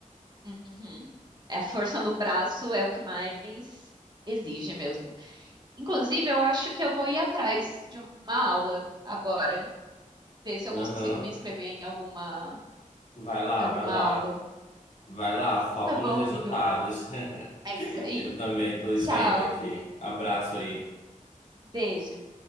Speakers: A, on the right (about 30°); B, on the left (about 60°).
A: Uhum. A força no braço é o que mais exige mesmo. Inclusive, eu acho que eu vou ir atrás de uma aula agora, ver se eu
B: Aham.
A: consigo me inscrever em alguma
B: Vai lá,
A: em alguma
B: vai lá.
A: aula.
B: Vai lá, foco
A: Tá bom,
B: nos resultados.
A: amigo?
B: <laughs>
A: É isso aí.
B: Eu também tô
A: Tchau,
B: saindo aqui. Abraço aí.
A: beijo.